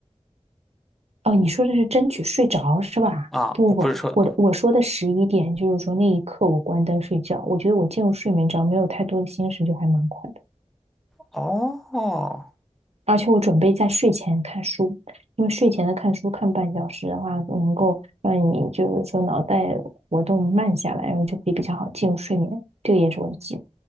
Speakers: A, on the right; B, in the centre.
A: 哦，你说的是争取睡着是吧？
B: 啊。
A: 不不不，
B: 我不是说
A: 我的我说的十一点就是说那一刻我关灯睡觉，我觉得我进入睡眠只要没有太多的心事就还蛮快的。
B: 哦，
A: 而且我准备在睡前看书，因为睡前的看书看半小时的话，能够让你就是说脑袋活动慢下来，然后就可以比较好进入睡眠。这个也是我的计划。